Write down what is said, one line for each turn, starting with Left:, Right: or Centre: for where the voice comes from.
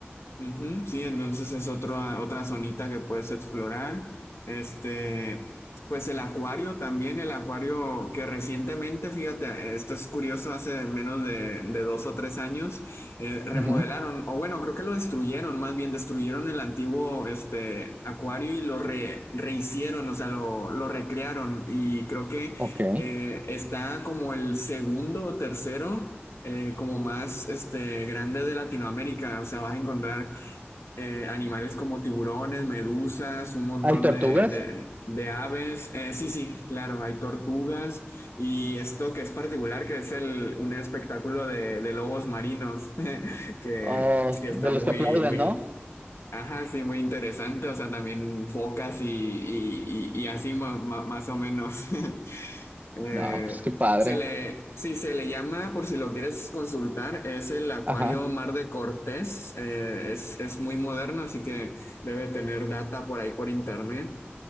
Left: Ujú, sí, entonces es otra, otra zonita que puedes explorar. Este, pues el acuario también, el acuario que recientemente, fíjate, esto es curioso, hace menos de, de dos o tres años, eh, remodelaron,
Right: Ujú,
Left: o bueno, creo que lo destruyeron, más bien destruyeron el antiguo, este, acuario y lo re- rehicieron, o sea, lo, lo recrearon y creo que
Right: Ok.
Left: eh, está como el segundo o tercero eh, como más este, grande de Latinoamérica. O sea, vas a encontrar eh, animales como tiburones, medusas, un montón
Right: ¿Hay tortugas?
Left: de, de, de aves. Eh, sí, sí, claro, hay tortugas y esto que es particular, que es el, un espectáculo de, de lobos marinos, <laughs> que,
Right: Oh,
Left: que está
Right: de
Left: muy,
Right: los que aplauden,
Left: muy,
Right: ¿no?
Left: Ajá, sí, muy interesante. O sea, también focas y, y, y- y así ma- ma- más o menos. <laughs> Eh,
Right: No, pues qué padre.
Left: se le, sí, se le llama, por si lo quieres consultar, es el Acuario
Right: Ajá,
Left: Mar de Cortés. Eh, es, es muy moderno, así que debe tener data por ahí por internet.